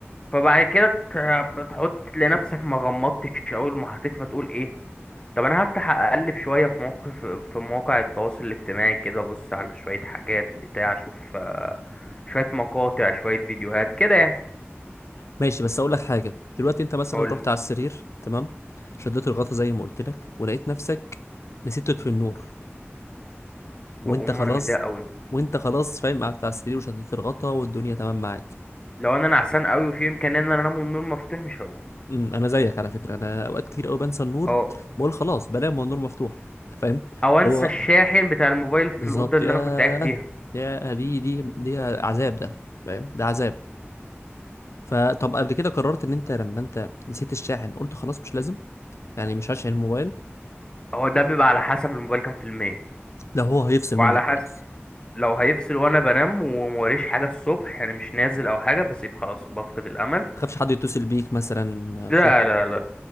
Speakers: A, on the left (about 20°); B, on the left (about 85°).
A: فبعد كده ت- بتحط لنفسك ما غمضتش اول ما حطيت فتقول ايه طب انا هفتح اقلب شويه في موقف في مواقع التواصل الاجتماعي كده ابص على شويه حاجات بتاع اشوف آه، شويه مقاطع شويه فيديوهات كده يعني
B: ماشي بس اقول لك حاجة دلوقتي انت مثلا
A: اقول
B: رحت على السرير تمام شدت الغطا زي ما قلت لك ولقيت نفسك نسيت تطفي النور
A: بقوم
B: وانت خلاص
A: وانا متضايق قوي
B: وانت خلاص فاهم قعدت على السرير وشدت الغطا والدنيا تمام معاك
A: لو انا نعسان قوي وفي امكانيه ان انا انام والنور مفتوح مش هقوم
B: أمم، انا زيك على فكره انا اوقات كتير قوي بنسى النور
A: اه
B: بقول خلاص بنام والنور مفتوح انت فاهم
A: او انسى
B: اللي هو
A: الشاحن بتاع الموبايل في
B: بالظبط
A: الاوضه اللي
B: ياه
A: انا كنت قاعد فيها
B: يا دي دي دي عذاب ده فاهم ده عذاب فطب قبل كده قررت ان انت لما انت نسيت الشاحن قلت خلاص مش لازم يعني مش هشحن الموبايل
A: هو ده بيبقى على حسب الموبايل كام في المية
B: ده هو هيفصل
A: وعلى
B: منك
A: حسب
B: خلاص
A: لو هيفصل وانا بنام وموريش حاجه الصبح يعني مش نازل او حاجه بسيب خلاص بفقد الامل
B: ما تخافش حد يتصل بيك مثلا
A: لا
B: في حق
A: لا لا